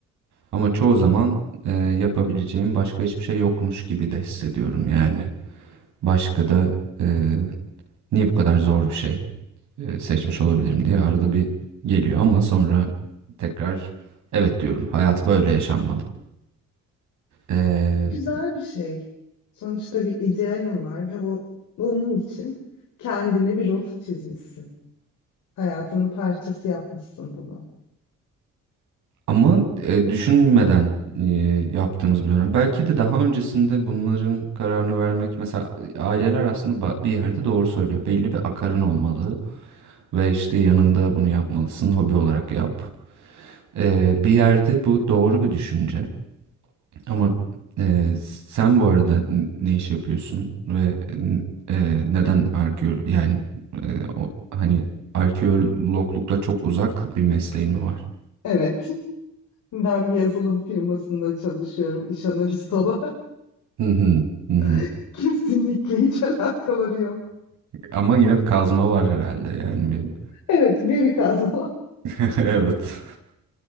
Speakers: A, on the right (about 75°); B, on the left (about 75°).
A: Ama çoğu zaman e, yapabileceğim başka hiçbir şey yokmuş gibi de hissediyorum yani. Başka da e, niye bu kadar zor bir şey e, seçmiş olabilirim diye arada bir geliyor ama sonra tekrar evet diyorum. Hayat böyle yaşanmalı. E,
B: Güzel bir şey. Sonuçta bir idealim var ve o onun için kendine bir rota çizmişsin. Hayatının parçası yapmışsın bunu.
A: ama e, düşünmeden e, yaptığımız bir dönem. Belki de daha öncesinde bunların kararını vermek mesela aileler aslında ba- bir yerde doğru söylüyor. Belli bir akarın olmalı ve işte yanında bunu yapmalısın. Hobi olarak yap. Ee, bir yerde bu doğru bir düşünce ama e, sen bu arada n- ne iş yapıyorsun ve n- e, neden arkeolog yani e, o, hani arkeologlukla çok uzak bir mesleğin mi var?
B: Evet. Ben bir yazılım firmasında çalışıyorum iş analisti olarak.
A: Hı hı, hı hı.
B: <laughs> Kesinlikle hiç alakaları yok.
A: Ama yine bir kazma var herhalde yani bir.
B: Evet, veri kazma.
A: <laughs> Evet.